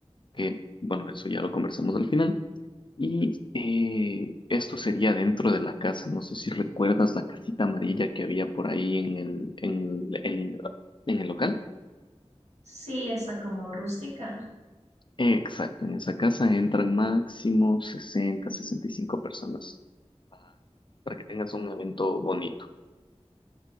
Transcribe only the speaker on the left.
que bueno, eso ya lo conversamos al final. Y eh, esto sería dentro de la casa. No sé si recuerdas la casita amarilla que había por ahí en el, en el, en en el local.
Exacto, en esa casa entran máximo 60, 65 personas para para que tengas un evento bonito.